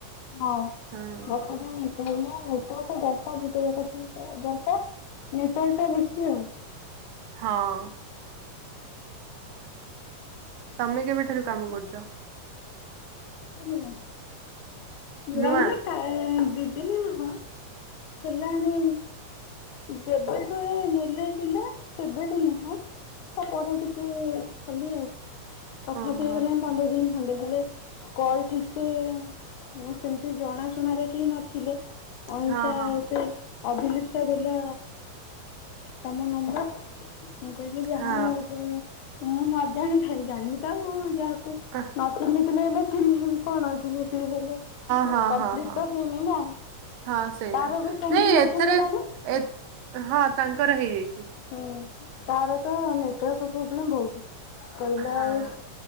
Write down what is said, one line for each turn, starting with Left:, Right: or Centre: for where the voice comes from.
Left: ହଁ
Right: ହୁଁ
Left: ବର୍ଷା କେମିତି ଏଇନା ନେଟୱାର୍କ ଡାଟା ଦିଟା ଯାକ ତ ଦରକାର ନେଟୱାର୍କ ବେଶୀ ଆଉ
Right: ହଁ ତମେ କେବେଠାରୁ କାମ କରୁଛ
Left: <inaudible> ନୁଆ
Right: ନୂଆ
Left: ମାନେ କା ଦି ଦିନି ନୁହଁ ହେଲାଣି ଯେବେଠୁ ନେଲେ ଜେଲେ ସେବେଠୁ ନୁହଁ ତାପରେ ଟିକେ କଲିି ଆଉ ତଥାପି
Right: ଓହୋ
Left: ହେଇଗଲାଣି ପନ୍ଦର ଦିନ ଖଣ୍ଡେ ହେଲେ କଲ ଠିକ ସେ ମାନେ ସେମିତି ଜଣାଶୁଣାରେ କେହି ନଥିଲେ ଅହିଂସା
Right: ହଁ ହଁ
Left: ସେ ଅଭିଲିପ୍ସା ଦେଲା ତମ ନମ୍ବ- ମୁଁ କହିଲି ଯାହା
Right: ହଁ
Left: ମୁଁ ମୁଁ ମଜାଣ ଖଲି ଜାଣିବି ତ ଆଉ ଯାହାକୁ
Right: ହଁ
Left: ନ ଚିହ୍ନିଥିଲେ ହେଲେ ଚିହ୍ନେଇିବି କଣ ଅଛି ସେଥିି ହେଲେ
Right: ହଁ
Left: କମ୍ପ୍ଲିଟ
Right: ହଁ ହଁ
Left: ତ ହେଇନି ନା।
Right: ହଁ ସେଇଆ
Left: ତାର ବି କମ୍ପ୍ଲିଟ
Right: ନାଇଁ ଏଥିରେ
Left: ହେଇଗଲାଣି।
Right: ଏ ହଁ ତାଙ୍କର ହେଇଯାଇଛି।
Left: ହୁଁ ତାର ତ ନେଟୱାର୍କ ପ୍ରୋବ୍ଲେମ ବହୁତ। କହିଲା
Right: ହଁ
Left: ଆଉ